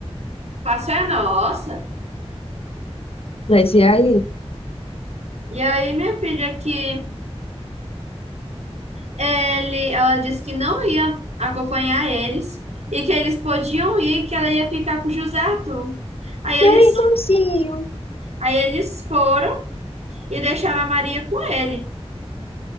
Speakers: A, on the right; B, on the left.
A: Fácil é a nossa.
B: Mas e aí?
A: E aí, minha filha, que Ele, ela disse que não ia acompanhar eles e que eles podiam ir, que ela ia ficar com o José Arthur. Aí
B: Meu
A: eles,
B: irmãozinho.
A: aí eles foram e deixaram a Maria com ele.